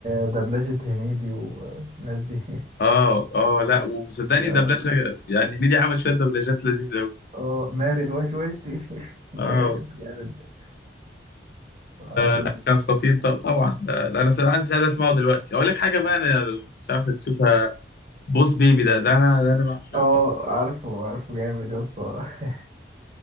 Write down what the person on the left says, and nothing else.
اه اه لا وصدقني
دبلجه يعني نيدي عمل شويه دبلجات لذيذه قوي
اه
فكان خطير ط- طبعا ده, ده انا سأل عندي سعاده اسمعه دلوقتي اقول لك حاجه بقى انا مش عارف تشوفها بوس بيبي ده ده انا ده انا بعشقه